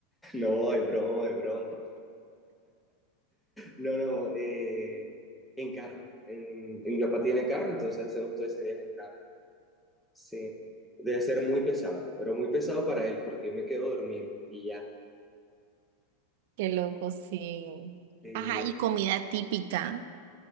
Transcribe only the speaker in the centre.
No, es broma, es broma. No, no, eh, en carro. En, en mi papá tiene carro, entonces hacemos todo ese viaje en carro. Sí, debe ser muy pesado, pero muy pesado para él porque yo me quedo dormido y ya.
Eh,